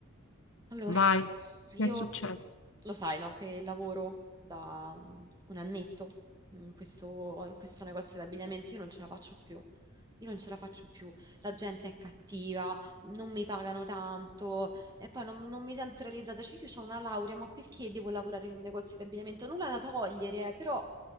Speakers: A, on the right; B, on the left.
A: Allora,
B: Vai,
A: io
B: che è successo?
A: lo sai, no, che lavoro da mm, un annetto in questo, in questo negozio di abbigliamento, io non ce la faccio più. Io non ce la faccio più. La gente è cattiva, non mi pagano tanto e poi non, non mi sento realizzata. Cioè, io ho una laurea, ma perché devo lavorare in un negozio di abbigliamento? Nulla da togliere, eh, però